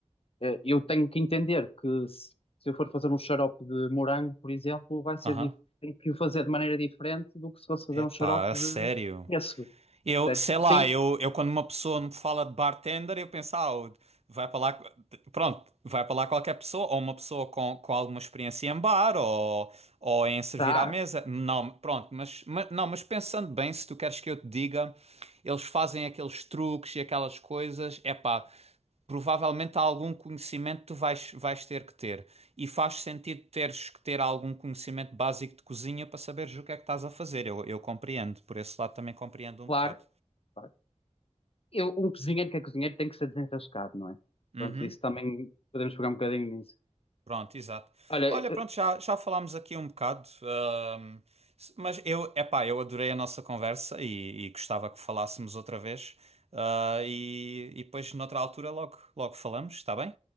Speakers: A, on the left; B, on the right.
A: Uh, eu tenho que entender que se, se eu for fazer um xarope de morango, por exemplo, vai ser
B: Aham.
A: dif- tenho que o fazer de maneira diferente do que se fosse fazer
B: Epá,
A: um xarope
B: a sério?
A: de pêssego.
B: Eu,
A: Portanto,
B: sei lá,
A: Sim,
B: eu, eu quando uma pessoa me fala de bartender, eu penso, ah, o- vai para lá, pronto, vai para lá qualquer pessoa, ou uma pessoa com, com alguma experiência em bar, ou, ou em servir
A: tá,
B: à mesa. Não, pronto, mas, mas, não, mas pensando bem, se tu queres que eu te diga, eles fazem aqueles truques e aquelas coisas, é pá, provavelmente há algum conhecimento que tu vais, vais ter que ter. E faz sentido teres que ter algum conhecimento básico de cozinha para saberes o que é que estás a fazer. Eu, eu compreendo, por esse lado também compreendo um
A: claro.
B: bocado.
A: claro. Eu, um cozinheiro que é cozinheiro tem que ser desenrascado, não é?
B: Uhum.
A: Portanto, isso também podemos pegar um bocadinho nisso.
B: Pronto, exato.
A: Olha,
B: Olha, pronto, já, já falámos aqui um bocado, ahm, s- mas eu, epá, eu adorei a nossa conversa e, e gostava que falássemos outra vez. Ah, e, e depois, noutra altura, logo, logo falamos, está bem?